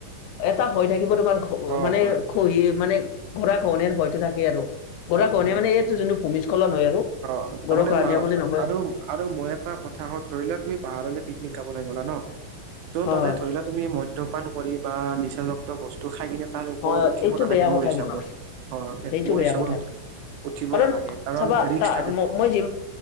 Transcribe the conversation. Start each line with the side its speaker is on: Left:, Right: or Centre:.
Left: এটা ভয় থাকিব তোমাৰ ঘ
Right: অ
Left: মানে
Right: হয়
Left: খহি মানে গঢ়াখহনীয়াৰ ভয়টো থাকেই আৰু গঢ়াখহনীয়া
Right: অ শুনা
Left: মানে এইয়াতো যোনটো ভূমিস্খলন হয় আৰু।
Right: অ
Left: গৰা
Right: তাৰমানে
Left: খহনীয়া
Right: মাৰত
Left: বুলি নকয়
Right: আৰু
Left: এইটো।
Right: আৰু মই এটা কথা কওঁ ধৰি লোৱা তুমি পাহাৰলে পিকনিক খাবলে গ'লা ন, ত'
Left: হয়
Right: তাতে ধৰি লোৱা তুমি মধ্যপান কৰি বা নিচাযুক্ত বস্তু খাই কিনে তাৰ ওপৰত
Left: হয়
Right: উঠিব
Left: এইটো
Right: নালাগে
Left: বেয়া কথা
Right: মোৰ হিচাপত,
Left: কিন্তু
Right: অ
Left: এইটো
Right: মোৰ
Left: বেয়া
Right: হিচাপত
Left: কথা
Right: উঠ- উঠিব
Left: কাৰণ
Right: নালাগে কাৰণ
Left: চাবা
Right: ৰিক্স
Left: তা
Right: থাকেতো।
Left: ম- মই যি